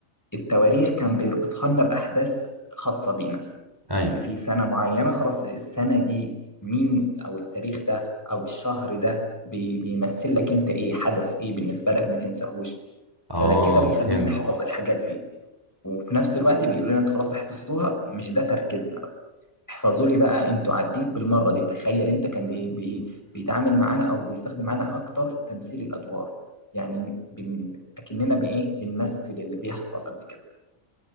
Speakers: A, on the left; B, on the right.
A: التواريخ كان بيربطها لنا بأحداث خاصة بينا
B: ايوه
A: يعني في سنة معينة خلاص السنة دي مين أو التاريخ ده أو الشهر ده بي- بيمثل لك أنت إيه حدث إيه بالنسبة لك ما تنساهوش
B: اه
A: فده كده بيخلينا
B: فهمت
A: نحفظ الحاجات دي وفي نفس الوقت بيقولوا لنا أنت خلاص حفظتوها مش ده تركيزنا بقى احفظوا لي بقى أنتوا عديت بالمرة دي تخيل أنت كان بي بي بيتعامل معانا أو بيستخدم معانا أكتر تمثيل الأدوار يعني بن- أكننا بإيه بنمثل اللي بيحصل قبل كده